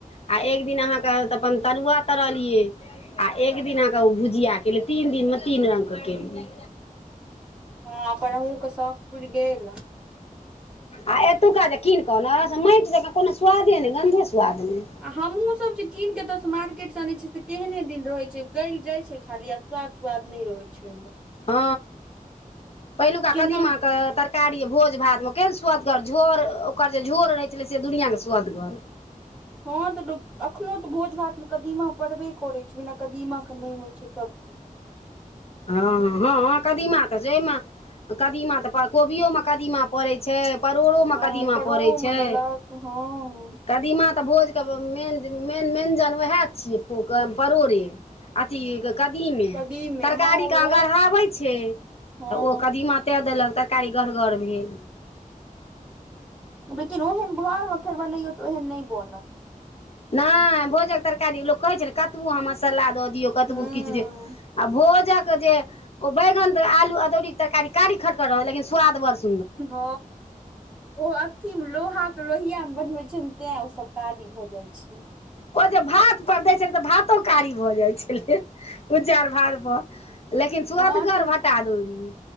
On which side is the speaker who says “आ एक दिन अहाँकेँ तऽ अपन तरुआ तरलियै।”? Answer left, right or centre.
Left